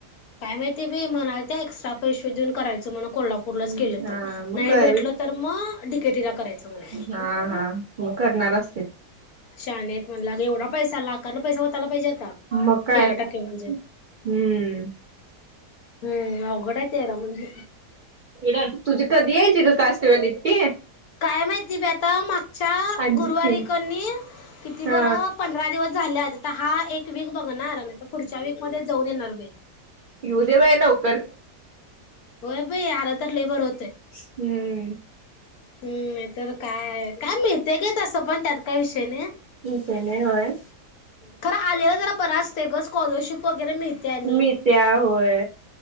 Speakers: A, on the left; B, on the right.
A: काय माहिती बी मणा. एक्स्ट्रा पैसेे देऊन. करायच म्ह कोल्हापूरलाच
B: हा
A: केलं तर
B: मग
A: नाही
B: काय
A: भेटलं तर मग डीकेटीला करायचं म्हणे.
B: हा हा मग करणार असते
A: शाानेत म्हणलं एवढा पैसा लाखांना पैसा होताला पाहिजे आता
B: मग काय
A: तेरा टक्के म्हणजे
B: हम्म
A: हम्म. घोडायच आहेरा म्हणजे.
B: ड तुझ कधीयच का कास्तवाल इटे.
A: काय माहिती बी आता मागच्या
B: अंजित
A: गुरुवारीकनी
B: की
A: किती
B: हा
A: बरं पंधरा दिवस. झाल्यात. आता हा एक वीक बघणार. तर पुढच्या वीक मध्ये जाऊन येणार भाई.
B: येऊ दे बाई लवकर.
A: हाय बाई अल तर लई बरं <inaudible>
B: हम्म
A: हम्म नाही तर काय. काय मिळते ग तस पण त्यात काय विषय नई
B: <inaudible> नाही होय.
A: खर आलेला जरा बरा असतय ग स्कॉलरशिप वगैरे मिळते. आणि
B: मिळत्या होय